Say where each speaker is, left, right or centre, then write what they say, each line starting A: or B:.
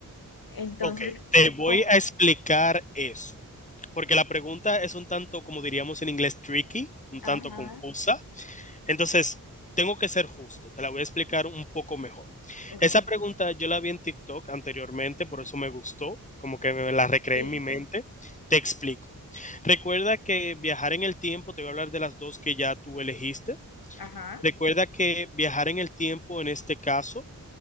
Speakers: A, on the left; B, on the left.
A: Entonces,
B: Ok, te voy
A: Ujú.
B: a explicar eso. Porque la pregunta es un tanto, como diríamos en inglés, tricky, un
A: Ajá.
B: tanto confusa. Entonces, tengo que ser justo, te la voy a explicar un poco mejor.
A: Ok,
B: Esa pregunta yo la vi en TikTok anteriormente, por eso me gustó, como que me la recreé
A: sí,
B: en mi mente. Te explico. Recuerda que viajar en el tiempo, te voy a hablar de las dos que ya tú elegiste.
A: ajá,
B: Recuerda que viajar en el tiempo en este caso